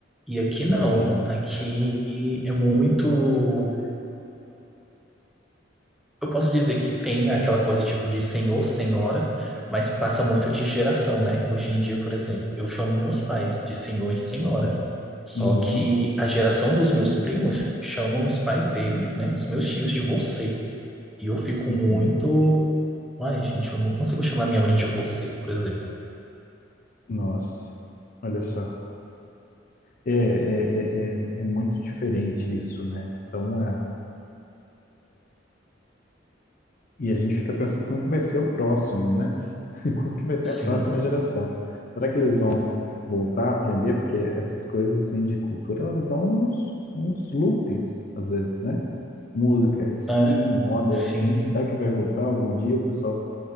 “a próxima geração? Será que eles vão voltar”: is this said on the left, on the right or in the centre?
Left